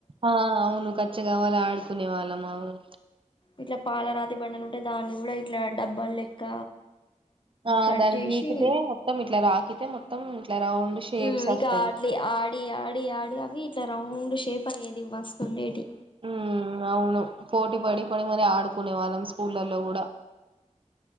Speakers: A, on the right; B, on the left.
A: ఆ అవును కచ్చ గవలు ఆడుకునే వాళ్ళం అవును
B: ఇట్లా పాలరాతి బండలు ఉంటే దాన్ని కూడా ఇట్లా డబ్బాలు లెక్క
A: ఆ
B: కట్
A: దానికి
B: చేసి
A: ఈకితే మొత్తం ఇట్ల రాకి తే మొత్తం ఇట్లా రౌండ్ షేప్స్
B: ఊమ్
A: వస్తాయి
B: ఇక అట్లి ఆడి ఆడి ఆడి అవి ఇట్లా రౌండ్ షేప్ ప ఏది మస్తుండేటి
A: ఊమ్ అవును పోటీ పడి పడి మరి ఆడుకునే వాళ్ళం స్కూళ్లల్లో కూడా